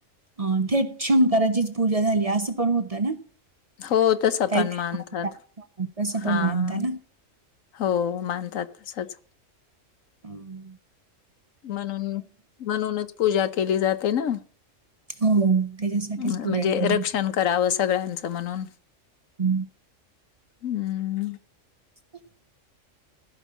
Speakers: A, on the right; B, on the left.
A: अ थेट शंकाचीच पूजा झाली असं पण होतं ना
B: हो तसं
A: काही
B: पण
A: काही
B: मानतात.
A: तस पण
B: हां.
A: मानताना
B: हो मानतात तसंच
A: हम्
B: म्हणून म्हणूनच पूजा केली जाते ना
A: हो त्याच्यासाठीच
B: म्हणजे
A: पूजा केली
B: रक्षण करावं सगळ्यांचं म्हणून
A: हम्म
B: हम्म
A: <inaudible>